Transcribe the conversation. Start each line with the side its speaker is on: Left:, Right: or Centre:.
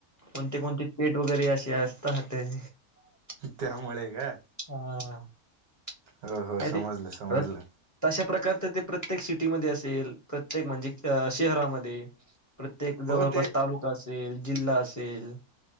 Left: कोणते- कोणते पेठ वगैरे अस स्ता हटे <unintelligible>
Right: त्या मुळे का
Left: हा
Right: हो हो समजलं
Left: ते-
Right: समजलं
Left: तशा प्रकारच ते प्रत्येक सिटीमध्ये असेल? प्रत्येक म्हणजे शहरामध्ये प्रत्येक जवळपास
Right: हो ते
Left: तालुका असेल जिल्हा असेल